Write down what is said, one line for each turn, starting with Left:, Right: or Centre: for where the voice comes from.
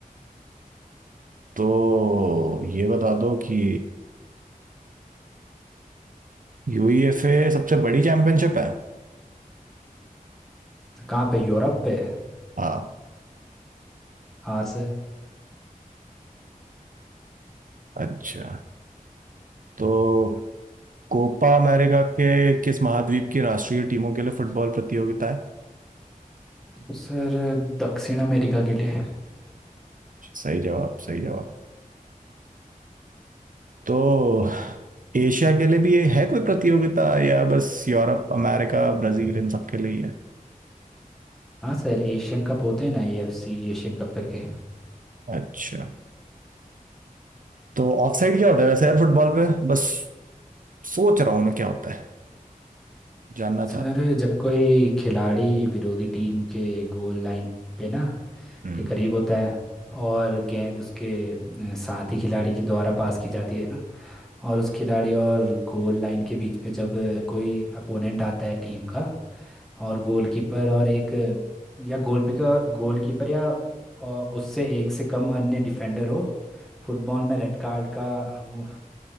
Right: तो ये बता दो कि यूईएफए सबसे बड़ी चैंपियनशिप है
Centre: सर कहाँ पे यूरोप पे
Right: हाँ
Centre: हाँ सर
Right: अच्छा तो कोपा अमेरिका के किस महाद्वीप की राष्ट्रीय टीमों के लिए फुटबॉल प्रतियोगिता है
Centre: सर दक्षिण अमेरिका के लिए
Right: सही जवाब सही जवाब तो एशिया के लिए भी ये है कोई प्रतियोगिता या बस यूरोप अमेरिका ब्राजील इन सब के लिए ही है
Centre: हाँ सर एशियन कप होते हैं ना एएफसी एशियन कप करके
Right: अच्छा तो ऑफसाइड क्या होता है वैसे यार फुटबॉल पे बस सोच रहा हूँ मैं क्या होता है जानना
Centre: सर
Right: चाहता
Centre: जब कोई खिलाड़ी विरोधी टीम के गोल लाइन पे ना
Right: हूँ हम्म।
Centre: के करीब होता है और गेंद उसके अ, साथी खिलाड़ी के द्वारा पास की जाती है ना और उस खिलाड़ी और गोल लाइन के बीच पे जब अ, कोई अपोनेंट आता है टीम का और गोलकीपर और एक अ, या गोलकीपर गोलकीपर या अ, उससे एक से कम अन्य डिफेंडर हो फुटबॉल में रेड कार्ड का अ, वो-